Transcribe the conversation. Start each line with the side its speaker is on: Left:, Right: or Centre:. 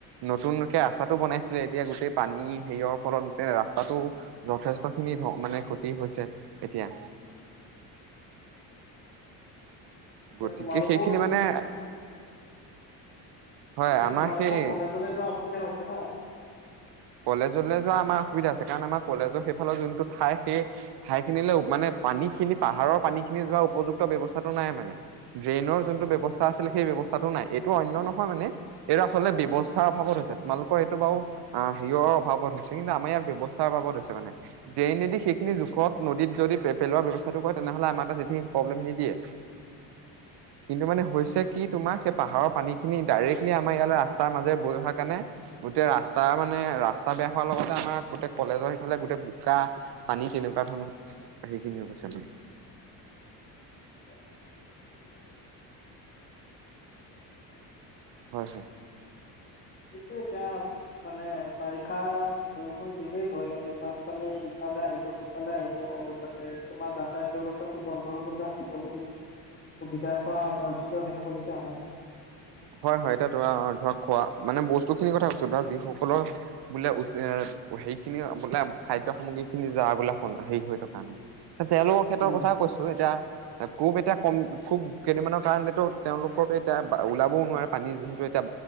Right: নতুনকে ৰাস্তাটো বনাইছিলে এতিয়া গোটেই পানী সেৰিয়ৰ ফলত গোটেই ৰাস্তাটো যথেষ্ট খিনি অঁ মানে ক্ষতি হৈছে এতিয়া।
Left: হয়।
Right: গতিকে
Left: তোমালোকো
Right: সেইখিনি মানে হয়
Left: এতিয়া
Right: আমাৰ
Left: তোমালোকৰ
Right: সেই
Left: কলেজলে যোৱা অসুবিধা হৈছে ন।
Right: কলেজলৈ যোৱা আমাৰ অসুবিধা আছে, কাৰণ আমাৰ কলেজৰ সেইফালৰ যোনটো ঠাই সেই ঠাই খিনিলে মানে পানী খিনি পাহাৰৰ পানী খিনি যোৱা উপযুক্ত ব্যৱস্থাটো নাই মানে। ড্ৰেইনৰ যোনটো ব্যৱস্থা আছিল সেই ব্যৱস্থাটো নাই এইটো অন্য নহয় মানে। এইটো আচলতে ব্যৱস্থাৰ অভাৱত হৈছে। তোমালোকৰ এইটো বাৰু অঁ হেৰিঅ অভাৱত হৈছে, কিন্তু আমাৰ ইয়াত ব্যৱস্থাৰ অভাৱত হৈছে মানে। ড্ৰেইনদি সেইখিনি জোখত নদীত যদি পে পেলোৱাৰ ব্যৱস্থাটো কৰে তেনেহলে আমাৰ তাত একো প্ৰব্লেম নিদিয়ে।
Left: <inaudible>
Right: কিন্তু মানে হৈছে কি তোমাৰ সেই পাহাৰৰ পানী খিনি ডাইৰেক্টলি আমাৰ ইয়াল ৰাস্তাৰ মাজে বৈ অহা কাৰণে গোটেই ৰা স্তাৰ মানে ৰাস্তা বেয়া হোৱাৰ লগতে আমাৰ গোটেই কলেজৰ সিফালে গোটেই বোকা পানী তেনেকুৱা ধৰণৰ সেইখিনিও কৈছে মানে।
Left: <inaudible>
Right: হয় হয়।
Left: সেইটো এতিয়া মানে বাৰিষা বৰষুণ দিলেই ভয় লাগে, বানপানি ইফালে সিফালে আহিব তাতে তোমাৰ যাতায়ত ব্যৱস্থাটো বন্ধ হবলে সকলো সুবিধাৰ পৰা বঞ্চিত থাকিবলগীয়া হয়।
Right: হয় হয়, এতিয়া তোমা ধৰক খোৱা মানে বস্তু খিনিৰ কথা কৈছো ধৰা যিসকলৰ বোলে উচে হেৰিখিনি বোলে খাদ্য সামগ্ৰী খিনি যাৰ বোলে হেৰি হৈ থকা নাই। তেয়ালোকক ক্ষেত্ৰৰ
Left: উম,
Right: কথা কৈছো, এতিয়া খুব এতিয়া কম খুব কেইদিনমানৰ কাৰণেতো তেওঁলোকৰ এই এতিয়া ওলাবও নোৱাৰে পানী যিহেতু এতিয়া